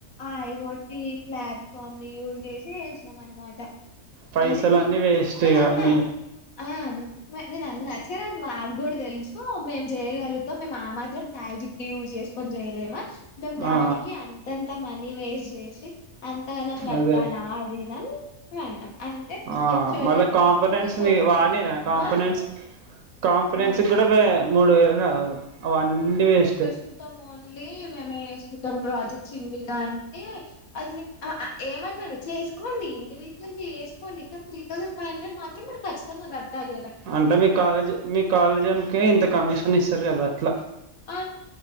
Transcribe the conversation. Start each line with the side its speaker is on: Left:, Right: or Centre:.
Left: ఆ అయిఒటి ప్లాట్ఫామ్ ని యూజ్ చేసి చేసినాం అనమాట
Right: పైసలన్నీ
Left: అదే మీ
Right: వేస్ట్
Left: నేను
Right: ఇక
Left: అన్న
Right: మీ
Left: ఆ నేను అన్నా సరే అది మాకు కూడా తెలుసు మేము చేయగలుగుతాం మేము మా మాత్రం చయి చెం యూజ్ చేసుకొని చేయలేమా మేము దానికి
Right: ఆ,
Left: అంతంత మనీ వేస్ట్ చేసి అంతగానం కట్టాలా
Right: అదే
Left: అది ఇదనీ మేము అన్నం అంటే
Right: ఆ,
Left: హెచ్వోడి
Right: మళ్ళీ కాంపనెంట్స్
Left: రూల్స్
Right: మీ
Left: ఒప్పుకోగదమ్మా
Right: వాడి కాంపనెంట్స్ కాంపనెంట్స్కి
Left: ఆ
Right: కూడా మూడు వేలు కావు అవన్నీ వేస్ట్ ఎ
Left: స్కూటమ్ ఓన్లీ మేమే చేస్కటం ప్రాజెక్ట్ సింగిల్గఅని అంటే అది ఆ ఏమన్నారు చేసుకోండి ఇండివిజువల్ చేసుకో కొండి కానీ త్రీ థౌసండ్ ఫై్ండ్రెడ్ మాత్రం మీరు కచ్చితంగా కట్టాలికదా
Right: అంటే మీ కాలేజ్ మీ కాలేజీనికి ఇంత కమిషన్ ఇస్తారు కదా అట్లా
Left: ఆ